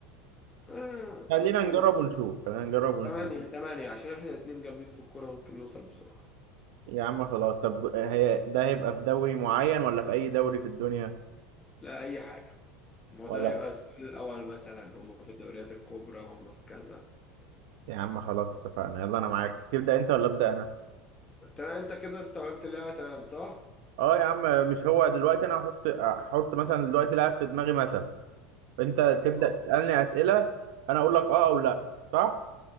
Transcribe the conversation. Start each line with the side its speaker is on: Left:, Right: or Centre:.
Left: آه
Right: خلينا
Left: ممكن
Right: نجرب
Left: من
Right: ونشوف خلينا نجرب ونشوف
Left: تمانية تمانية عشان احنا اتنين جامدين في الكورة ممكن نوصل بسرعة
Right: يا عم خلاص طب هي ده هيبقى في دوري معين ولا في أي دوري في الدنيا
Left: لا أي حاجة ما هو
Right: ولا
Left: ده يبقى السؤال الأول مثلا هم في الدوريات الكبرى هم في كذا
Right: يا عم خلاص اتفقنا يلا أنا معاك تبدأ أنت ولا أبدأ أنا
Left: تمام انت كده استوعبت اللعبة تمام صح؟
Right: أه يا عم مش هو دلوقتي أنا هحط هحط مثلا دلوقتي لاعب في دماغي مثلا أنت تبدأ
Left: حاضر.
Right: تسألني أسئلة أنا أقول لك أه أو لأ صح